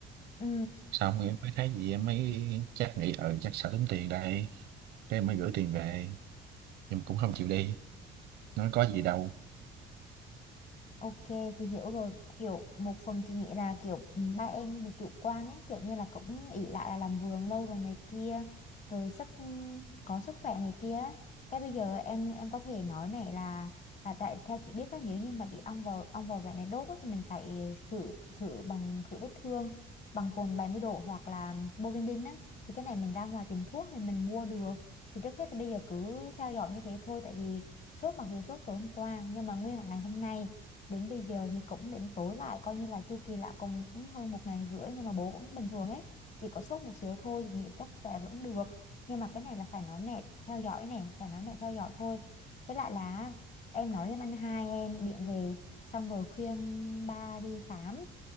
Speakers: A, on the left (about 45°); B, on the right (about 85°).
A: ừ.
B: xong em mới thấy gì em mới chắc nghĩ ờ chắc sợ tốn tiền đây thế em mới gửi tiền về nhưng mà cũng không chịu đi nói có gì đâu
A: Ok, chị hiểu rồi. Kiểu một phần chị nghĩ là kiểu ba em bị chủ quan ấy, kiểu như là cũng ỷ lại là làm vườn lâu rồi này kia, rồi sức có sức khỏe này kia. ấy. Cái bây giờ em em có thể nói mẹ là là tại theo chị biết là nếu như mà bị ong vò ong vò vẽ này đốt ấy, thì mình phải khử khử bằng khử vết thương bằng cồn 70 độ hoặc là Bovidin á thì cái này mình ra ngoài tìm thuốc thì mình mua được. Thì trước hết thì bây giờ cứ theo dõi như thế thôi tại vì sốt mặc dù sốt tối hôm qua nhưng mà nguyên cả ngày hôm nay đến bây giờ thì cũng đến tối lại coi như là chu kỳ là cũng cũng hơn một ngày rưỡi nhưng mà bố cũng bình thường ấy chỉ có sốt một xíu thôi nghĩ chắc sẽ vẫn được nhưng mà cái này là phải nói mẹ theo dõi nè phải nói mẹ theo dõi thôi với lại là em nói với anh hai em điện về xong rồi khuyên ba đi khám